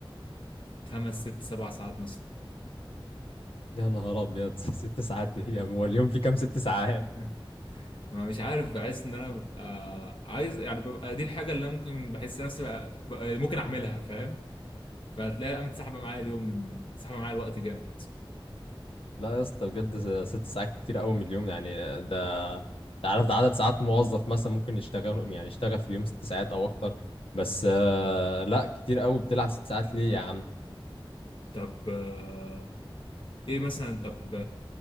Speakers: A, on the left; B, on the left.
A: خمس ست سبع ساعات مثلا
B: يا نهار ابيض <laughs> ست ساعات ايه يا عم؟ هو اليوم في كام ست ساعات
A: <laughs> ما مش عارف بحس ان انا ببقى عايز يعني ببقى دي الحاجه اللي انا ممكن بحس نفسي بقى بقى- ممكن اعملها فاهم فهتلاقيها قامت سحبه معايا اليوم سحبه معايا الوقت جامد
B: لا يا اسطى بجد ست ساعات كتير قوي من اليوم يعني ده تعرف ده عدد ساعات موظف مثلا ممكن يشتغل يعني يشتغل في اليوم ست ساعات او اكتر بس آه لا كتير قوي بتلعب ست ساعات ليه يا عم
A: طب آه، ايه مثلا طب